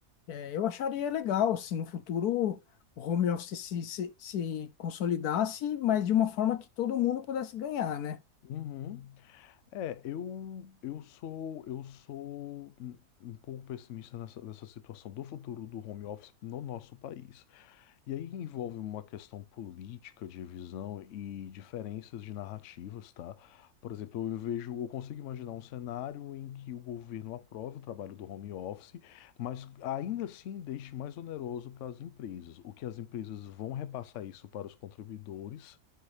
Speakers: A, on the left; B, on the left.
A: É, eu acharia legal se no futuro o home office se, se, se consolidasse, mas de uma forma que todo mundo pudesse ganhar, né?
B: uhum. É, eu, eu sou, eu sou um um pouco pessimista nessa, nessa situação do futuro do home office no nosso país. E aí envolve uma questão política de visão e diferenças de narrativas, tá? Por exemplo, eu vejo, eu consigo imaginar um cenário em que o governo aprove o trabalho do home office, mas ainda assim deixe mais oneroso para as empresas. O que as empresas vão repassar isso para os contribuidores